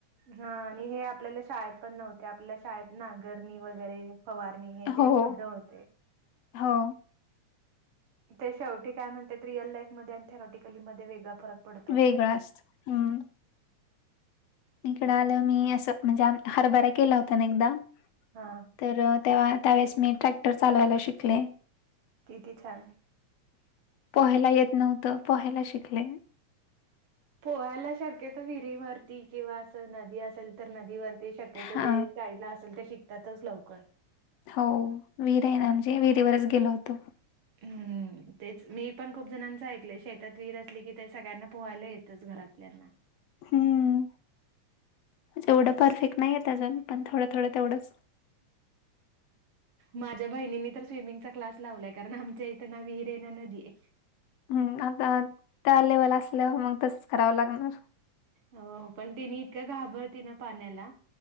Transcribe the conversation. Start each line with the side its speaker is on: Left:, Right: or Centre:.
Right: हा आणि हे आपल्याला शाळेत पण नव्हते आपल्या शाळेत ना गरणी वगैरे फवारणी हे ते
Left: हो.
Right: शब्द होते.
Left: हो
Right: ते शेवटी काय म्हणतेत ते रिअल लाईफमध्ये आणि थेरॉटिकलीमध्ये वेगळा फरक पडतो
Left: वेगळं असतं. हम्म इकडं आलं मी असं म्हणजे हरभरा केला होता ना एकदा
Right: हा.
Left: तर तेव्हा त्यावेळेस मी ट्रॅक्टर चालवायला शिकले.
Right: किती छान
Left: पोहायला येत नव्हतं पोहायला शिकले.
Right: पोहायला शक्यतो विहिरीवरती किंवा अस नदी असेल तर नदीवरती शक्यतो
Left: हा
Right: जे शाईडला असतात ते शिकतातच लवकर.
Left: हो विहीर आहे ना आमची विहिरीवरच गेलो होतो.
Right: हम्. तेच मी पण खूप जणांच ऐकले शेतात विहिर असली की ते सगळ्यांना पोहायला येतच घरातल्यांना.
Left: हम्म एवढं परफेक्ट नाही येत अजूण पण थोडं थोडं तेवढंच
Right: माझ्या बहिणीनी तर स्विमिंगचा क्लास लावलाय कारण आमच्या इथं ना विहिर हायना नदीय.
Left: हम्म आता त्या लेवल असल्यावर मग तसच करावं लागणार.
Right: हो पण तिने इतकं घाबरती ना पाण्याला